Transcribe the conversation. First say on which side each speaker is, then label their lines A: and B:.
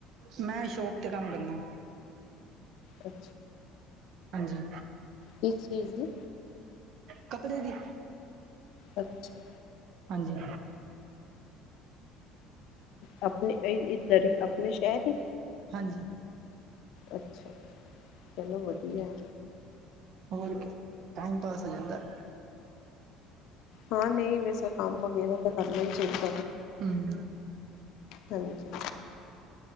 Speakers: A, on the right; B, on the left.
A: ਮੈਂ ਸ਼ੋਪ ਤੇ ਕੰਮ ਕਰਨਾ
B: ਅੱਛਾ
A: ਹਾਂਜੀ
B: ਕਿਸ ਚੀਜ਼ ਜੀ
A: ਕੱਪੜੇ ਦੀ
B: ਅੱਛਾ
A: ਹਾਂਜੀ
B: ਆਪਣੇ ਇੱਧਰ ਹੀ ਆਪਣੇ ਸ਼ਹਿਰ ਹੀ
A: ਹਾਂਜੀ
B: ਅੱਛਾ ਅੱਛਾ ਚਲੋ ਵਧੀਆ
A: ਹੋਰ ਕੀ ਟਾਈਮ ਪਾਸ ਹੋ ਜਾਂਦਾ ਹੈ
B: ਹਾਂ ਨਹੀਂ ਵੈਸੇ ਕੰਮ ਵਗੈਰਾ ਤਾਂ ਕਰਨਾ ਹੀ ਚਾਹੀਦਾ
A: ਹਮ
B: ਹਾਂਜੀ